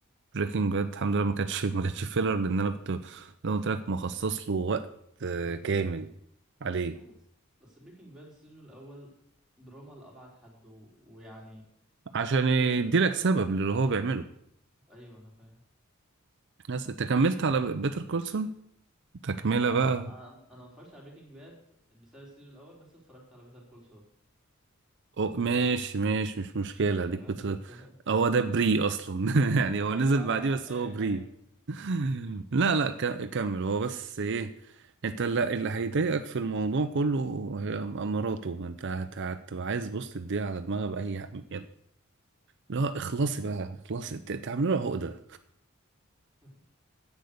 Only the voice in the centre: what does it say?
دي
اه بس بس بريكنج باد السيزون الاول دراما لأبعد حد و... ويعني
ممكن حد
يزهق
ايوه انا فاهم
انا ف...
انا أنا ما اتفرجتش على بريكنج باد بسبب السيزون الاول بس اتفرجت على بيتر كول سول
انت
فاهم
<laughs> انت
ايوه
انا انا
فاهم
ايوه
<laughs>